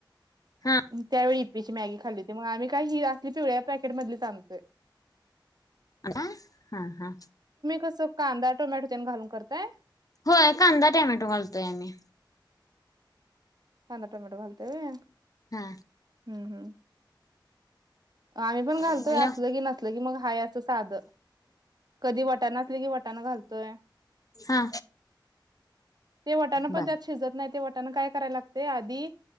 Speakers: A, on the left; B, on the right.
A: हा
B: त्यावेळी बीपी मॅगी खाल्ली होती मग आम्ही काही ही असली पिवळ्या पॅकेट मधली आणतोय
A: आ हा हा
B: कस कांदा टोमॅटो त्यां घालून करताय
A: होय कांदा टमॅटो घालतोय आम्ही
B: कांदाा टोमेटो घालतेय हम्म
A: हा
B: हम्म आम्ही पण घालतोय
A: हॅलो
B: असल की नसल की मग हाय असं साध कधी वटाण असले की वटाणा घालतोय
A: हा
B: ते वाटाण पण
A: बर
B: त्यात शिजत नाही ते वाटाण काय करायला लागते आधी